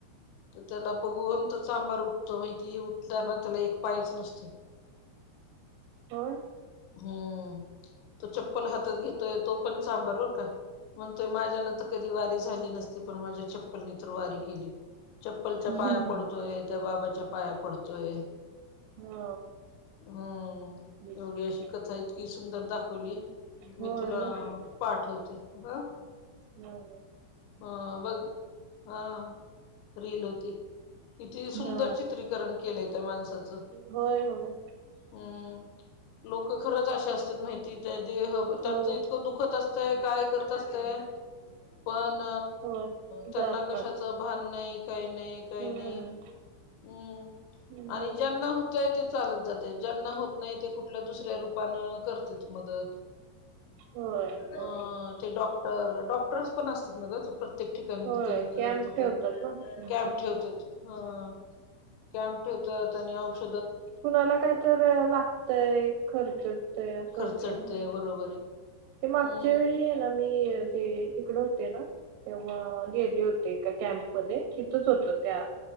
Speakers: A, on the left; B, on the right.
A: तर त्याला बघून तो सांबार उठतो माहिती उठताना त्याला एक पायाच नसत.
B: होय?
A: हम्म तो चप्पल हातात घेतोय तो पण चांबर बर का. म्हणतोय माझ्यान तर कधी वारी झाली नसती पण माझ्या चप्पलने तर वारी केली. चप्पलच्या
B: हम्म
A: पाया पडतोय त्या बाबाच्या पाया पडतोय.
B: हा
A: हम
B: बरोबर
A: तेवढी <unintelligible> कथा इतकी सुंदर दाखवली
B: होय
A: मी तुला
B: मस्त
A: पाठवते ह.
B: हम.
A: हा बघ हा अ रील होती. किती सुंदर
B: हा
A: चित्रीकरण केलंय त्या माणसाचं
B: होय होय
A: हम्म. लोक खरंच अशे असतात माहिती त्या देह त्यांचं
B: हो
A: इतकं दुखत तय काय करत असतय पण अ
B: होय
A: त्यांना
B: जातात
A: कशाच भान नाही काही नाही काही
B: हम्म
A: नाही. हम्म
B: बरोबर.
A: आणि ज्यांना होतोय ते चालत जातय ज्यांना होत नाही ते कुठल्या दुसऱ्या रूपनें करते मदत.
B: होय होय
A: अ ते डॉक्टर डॉक्टर पण असतात ना ग चुक प्रत्येक ठिकाणी
B: होय
A: जिथे जिथं
B: कॅम्प
A: तिथं
B: ठेवतात ना हम्म
A: कॅम्प ठेवतात ह. कॅम्प ठेवतात आणि औष
B: कोणाला काय तर लागतंय खर्चटतय असं
A: खर्चटतय
B: होतं ना.
A: बरोबर आहे
B: ते मागच्या
A: हम्म
B: वेळी हाय ना मी ते तिकडे होते ना. तेव्हा गेले होते एका कॅम्पमध्ये तिथंच होत त्या